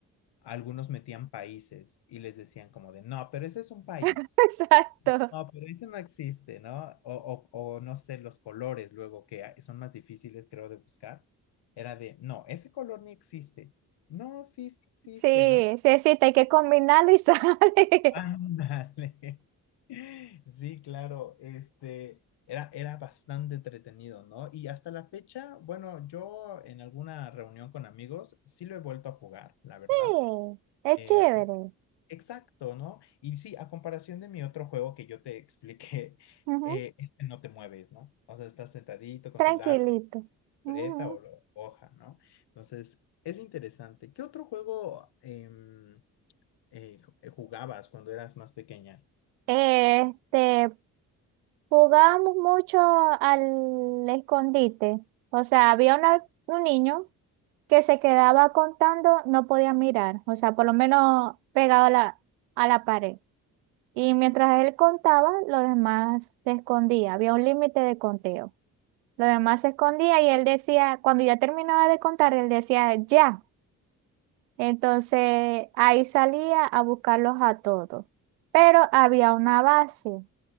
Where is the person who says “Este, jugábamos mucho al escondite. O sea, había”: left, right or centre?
Right